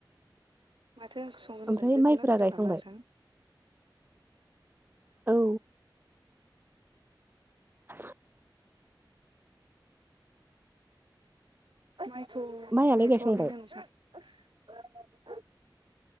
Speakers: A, on the right; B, on the right.
A: माथो ओंख्रि संगोन
B: ओमफ्राय
A: होनदों जोगोनार
B: माइफोरा
A: होनदों
B: गायखांबाय
A: नामा नोंथां?
B: औ। <inaudible>
A: माइखौ
B: माइयालाय
A: गायथ'वाखैनो
B: गायखांबाय
A: नोंथां।